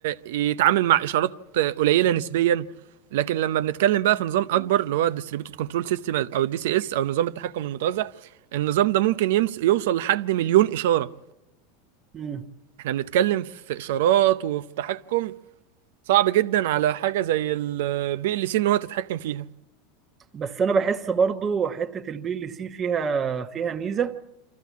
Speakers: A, on the right; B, on the right.
A: يتعامل مع اشارات قليله نسبيا لكن لما بنتكلم بقى في نظام اكبر اللي هو الديستريبيوتد كنترول سيستم او الدي سي اس او نظام التحكم المتوزع النظام ده ممكن يمس يوصل لحد مليون اشاره
B: مم.
A: احنا بنتكلم في اشارات وفي تحكم صعب جدا على حاجه زي البي ال سي ان هو تتحكم فيها
B: بس انا بحس برضو حته البي ال سي فيها فيها ميزه